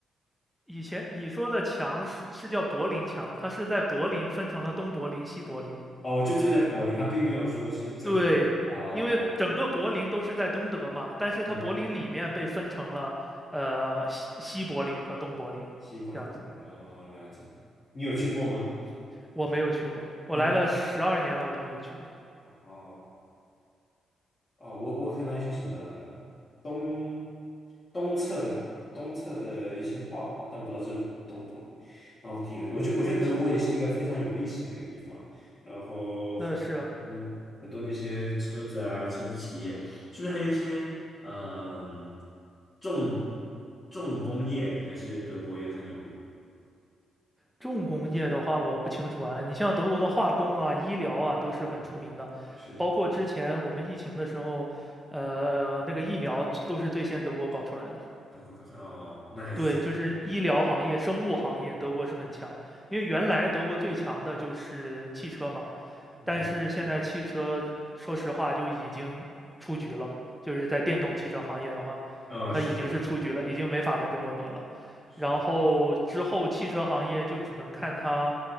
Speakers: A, in the centre; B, on the left (about 25°).
A: 以前你说的墙是是叫柏林墙，它是在柏林分成了东柏林、西柏林。
B: 哦，就就在柏林，它并没有说是整个啊，
A: 对，因为整个柏林都是在东德嘛，
B: 了解了
A: 但是它柏林里面被分成了呃西西柏林和东柏林这样子。
B: 嗯，西柏林的柏林，哦，了解，你有去过吗？
A: 我没有去过，我来了十二年了，
B: 你没有？
A: 我都没有去过。
B: 哦。哦，我我看到一些什么东东侧的东侧的一些画画，但我不知道这是东柏林，然后挺有趣。我觉得我觉得德国也是一个非常有历史的一个地方，然后很多很多那些车子啊，
A: 那是啊
B: 车子企业，是不是还有一些嗯重重工业也是德国也很有名？
A: 重工业的话，我不清楚啊。你像德国的化工啊、医疗啊，都是很出名的。
B: 嗯，是
A: 包括之前我们疫情的时候，呃，那个疫苗都是最先德国搞出来的。
B: 德国搞的哦，那还是
A: 对，就是医疗行业、生物行业，德国是很强。因为原来德国最强的就是汽车嘛，
B: 嗯哼，
A: 但是现在汽车，说实话就已经出局了，就是在电动汽车行业的话，
B: 哦是
A: 它已经是出局了，已经没法跟中国比了。
B: 是
A: 然后之后汽车行业就只能看它